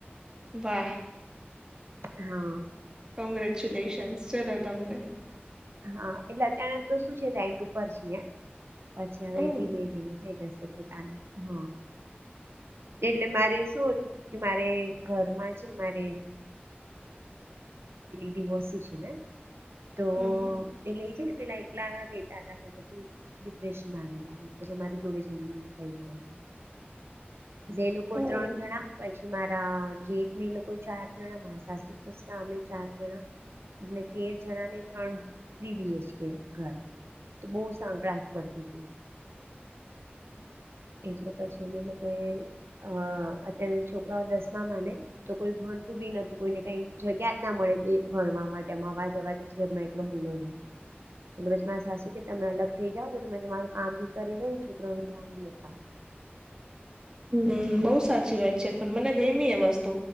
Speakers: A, on the right (about 20°); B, on the right (about 85°).
A: વાહ.
B: હમ.
A: કોંગ્રેચ્યુલેશન્સ ચલો તમને.
B: હા એટલે અત્યના તો શું છે રેન્ટ ઉપર છી પછી હવે
A: ઓહ
B: ધીમે ધીમે થઈ જશે. પોતાનું હમ. એટલે મારે શું હતું કે મારે ઘરમાં છે મારે. લી ડિવોર્સ છે ને તો
A: હમ
B: એ લે છે ને. પેલા એકલા રેતા હતાઈી ડિપ્રેશનમાં આવી જ પછી મારી જોડે જેમને લઈ લીધા હતા. એટલે એ લોકો
A: ઓહ
B: ત્રણ જણા પછી મારા જીત ને એ લોકો ચાર. જણા મારા સાસુ સસરા અમે ચાર જણા. એ તેર જણા ને ત્રણ પ્રીબીએચ કે ઘર. તો બહુ સંકળસ પડતી હતી. એટલે પછી અમે લોકો એ અ અત્ય્યારે છોકરાઓ દસમામાં ને તો કોઈ ભ. તું બી નતું કોઈને કઈ જગ્યા જ ના મળે બે ભણવા માટે અવાજ અવાજ ઘરમાં એટલો હલ્લો રહેે. એટલે વચ મારે સાસું કે તમે અલગ થઇ જાાવ તો તમે તમારું કામ ભી કરી દ લોો ને છોકરાનું ધ્યાન ભી. હ
A: હમ બઉુ સાચી વાત છે પણ મને ગમી એ વસ્તુ.